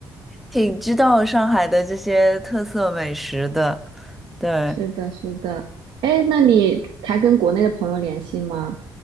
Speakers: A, in the centre; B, on the right.
A: 挺知道上海的这些特色美食的。
B: <laughs>
A: 对
B: 是的，是的。哎，那你还跟国内的朋友联系吗？